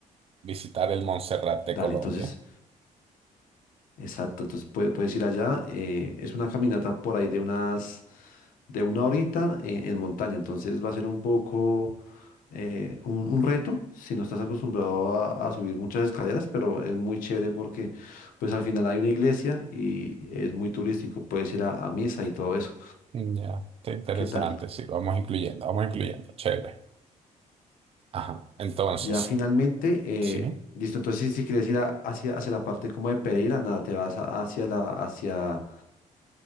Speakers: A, on the right (about 45°); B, on the left (about 85°).
A: Visitar el Montserrat de
B: Dale,
A: Colombia.
B: entonces Exacto, entonces puede- puedes ir allá. eh, es una caminata por ahí de unas, de una horita eh, en montaña, entonces va a ser un poco eh, un, un reto si no estás acostumbrado a, a subir muchas escaleras, pero es muy chévere porque pues al final hay una iglesia y es muy turístico, puedes ir a, a misa y todo eso.
A: Ya, está interesante,
B: ¿Qué tal?
A: sí, vamos incluyendo, vamos incluyendo, chévere. Ajá, entonces,
B: Ya finalmente, eh,
A: sí,
B: listo, entonces si, si quieres ir a- hacia, hacia la parte como de Pereira, nada, te vas a- hacia la, hacia...